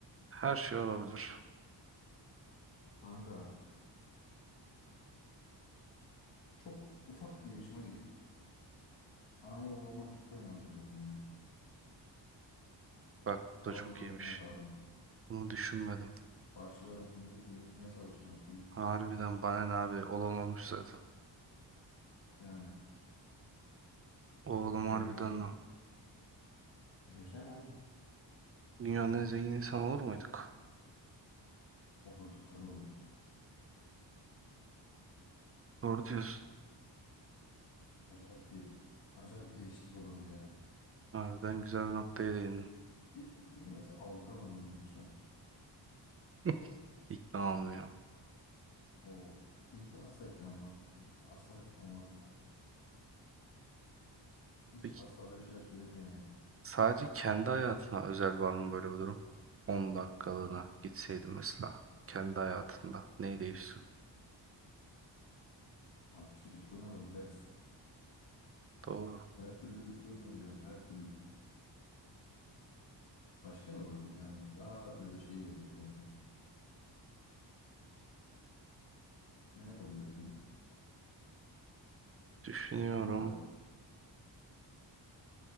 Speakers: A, on the right; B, on the left.
A: Her şey olabilir.
B: Kanka çok ufak bir yaşıma gidip anama babama Bitcoin aldırırdım ya.
A: Bak bu
B: Vallahi
A: da çok iyiymiş.
B: bunu yapardım.
A: Bunu düşünmedim.
B: Başlarım şimdi Birinci Dünya Savaşı'na Batucuğum.
A: Harbiden bana ne abi olan olmuş zaten.
B: Yani.
A: Oğlum harbiden
B: Demek ki
A: lan.
B: düşünsene abi.
A: Dünyanın en zengin insanı olur muyduk?
B: Olurduk tabii olurduk.
A: Doğru diyorsun.
B: Acayip bir acayip bir değişiklik olurdu yani.
A: Harbiden güzel bir noktaya değindin.
B: Bir, bir de mesela aldıramadığını düşünsene.
A: <laughs> İkna olmuyor.
B: O bizimkiler asla ikna olmaz. Asla ikna olmazlar. Hiç
A: Peki
B: asla öyle şeyler söylemeyeceksin yani.
A: sadece kendi hayatına özel var mı böyle bir durum? 10 dakikalığına gitseydin mesela kendi hayatında neyi değiştirdin?
B: Abi işte Bitcoin alırdık her,
A: Doğru.
B: <laughs> her türlü Bitcoin alacağım her türlü. Başka ne olabilir? Hani daha böyle şey bir örnek verelim. Ne yapabilirdim?
A: Düşünüyorum.
B: Kanka